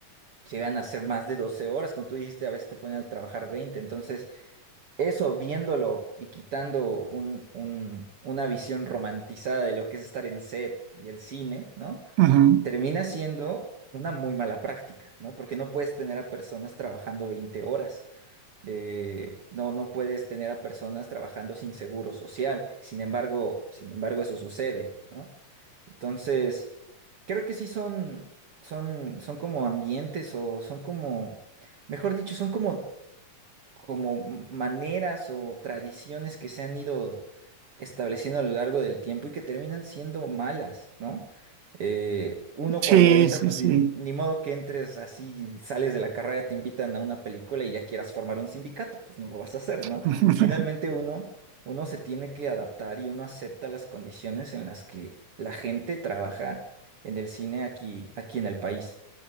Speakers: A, on the right; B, on the right.
A: llegan a ser más de 12 horas, como tú dijiste, a veces te ponen a trabajar 20, entonces... Eso, viéndolo y quitando un, un- una visión romantizada de lo que es estar en set y el cine, ¿no?
B: ujú,
A: Termina siendo una muy mala práctica, ¿no? Porque no puedes tener a personas trabajando 20 horas. eh, no, no puedes tener a personas trabajando sin seguro social. Sin embargo, sin embargo, eso sucede, ¿no? Entonces, creo que sí son, son, son como ambientes o son como, mejor dicho, son como como maneras o tradiciones que se han ido estableciendo a lo largo del tiempo y que terminan siendo malas, ¿no? Eh, uno
B: sí,
A: cuando entra,
B: sí,
A: pues
B: sí.
A: ni, ni modo que entres así, sales de la carrera, te invitan a una película y ya quieras formar un sindicato, pues no lo vas a hacer, ¿no?
B: <laughs>
A: Finalmente uno, uno se tiene que adaptar y uno acepta las condiciones en las que la gente trabaja en el cine aquí, aquí en el país.